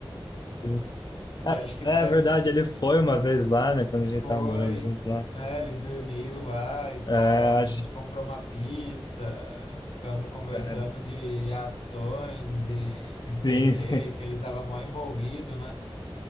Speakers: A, on the left (about 45°); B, on the left (about 80°).
A: Ah,
B: Que acho que
A: É
B: deve
A: verdade, ele foi uma vez lá, né? Quando a gente
B: Foi.
A: tava morando junto lá.
B: É, ele dormiu lá e
A: É,
B: tal.
A: acho,
B: A gente comprou uma pizza, ficamos conversando
A: é,
B: de ações e não sei
A: sim,
B: o quê,
A: <laughs> sim.
B: que ele tava mó envolvido, né?